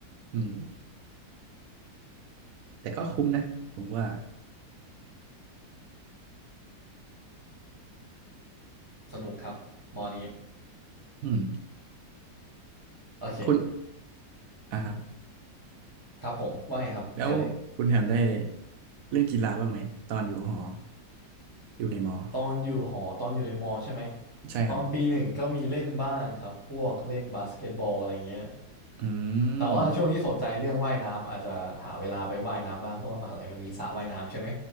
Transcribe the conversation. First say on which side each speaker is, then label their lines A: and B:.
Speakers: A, on the right; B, on the right.
A: อืมแต่ก็คุ้มนะผมว่า
B: สนุกครับมอนี้
A: อืม
B: โอเค
A: คุณอ่ะครับ
B: ครับผมว่าไงครับเจอเลย
A: แล้วคุณแฮมได้เล่นกีฬาบ้างไหมตอนอยู่หออยู่ในมอ
B: ตอนอยู่หอตอนอยู่ในมอใช่ไหม
A: ใช่ครับ
B: ตอนปีหนึ่งก็มีเล่นบ้างครับพวกเล่นบาสเกตบอลอะไรเงี้ย
A: อื
B: แต่ว่าช่วงนี้สนใจเรื่องว่ายน้ำอาจจะหาเวลาไปว่ายน้ำบ้างเพราะว่ามหาลัยมันมีสระว่ายน้ำใช่ไหม
A: ม